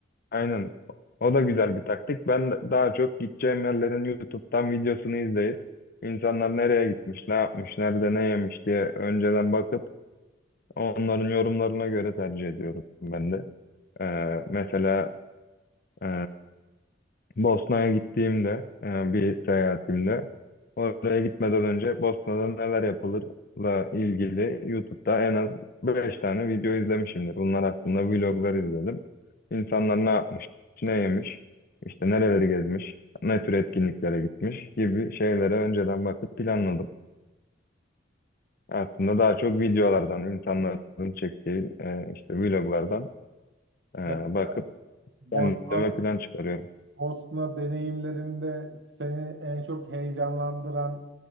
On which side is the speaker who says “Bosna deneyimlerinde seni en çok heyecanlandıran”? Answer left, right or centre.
Right